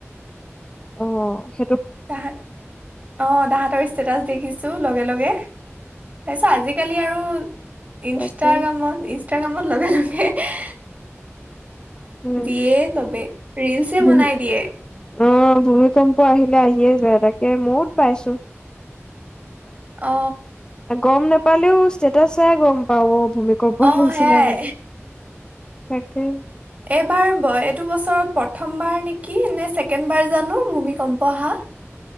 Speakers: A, on the left; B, on the right.
A: অ স
B: তাহাত অ তাহতৰ ষ্টেটাচ দেখিছো লগে লগে তাৰপিছত আজিকালি আৰু ইনষ্টাগ্ৰামত
A: তাকে
B: ইনষ্টাগ্ৰামত লগে লগে <unintelligible>
A: উম
B: দিয়ে চবে ৰিলচে
A: ভূমি
B: বনাই দিয়ে
A: অ ভূমিকম্প আহিলে আহিয়ে যায় তাকে ময়োত পাইছো
B: অ
A: গম নাপালেও ষ্টেটাচ গম পাও তুমি ক'ব আহছ
B: অ সেয়াই
A: নাই বুলি তাকে
B: এইবাৰ এইটো বছৰত প্ৰথম বাৰ নেকি নে ছেকেণ্ড বাৰ জানো ভূমিকম্প হৈছে